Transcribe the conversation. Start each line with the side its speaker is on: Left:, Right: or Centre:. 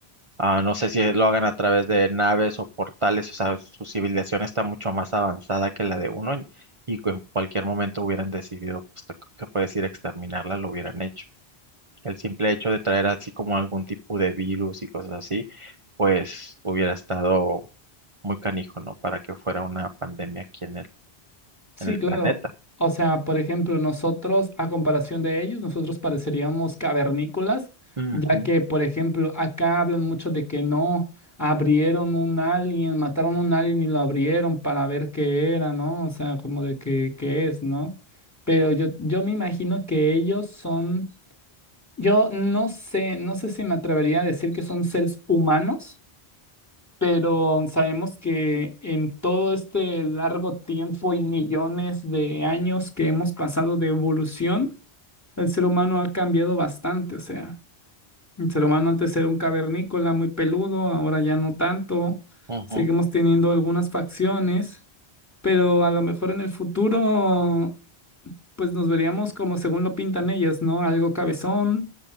Right: Ah, no sé si lo hagan a través de naves o portales, o sea, su civilización está mucho más avanzada que la de uno y y en cualquier momento hubieran decidido, pues, te- que puedes ir a exterminarla, lo hubieran hecho. El simple hecho de traer así como algún tipo de virus y cosas así, pues hubiera estado muy canijo, ¿no? Para que fuera una pandemia aquí en el
Left: Sí,
Right: en el
Left: claro.
Right: planeta.
Left: O sea, por ejemplo, nosotros, a comparación de ellos, nosotros pareceríamos cavernícolas,
Right: Ujú,
Left: ya que, por ejemplo, acá hablan mucho de que no abrieron un alien, mataron un alien y lo abrieron para ver qué era, ¿no? O sea, como de que, qué es, ¿no? Pero yo, yo me imagino que ellos son, yo no sé, no sé si me atrevería a decir que son seres humanos pero sabemos que en todo este largo tiempo y millones de años que hemos pasado de evolución, el ser humano ha cambiado bastante. O sea, el ser humano antes era un cavernícola muy peludo, ahora ya no tanto.
Right: ujú,
Left: Seguimos teniendo algunas facciones, pero a lo mejor en el futuro pues nos veríamos como según lo pintan ellas, ¿no? Algo cabezón,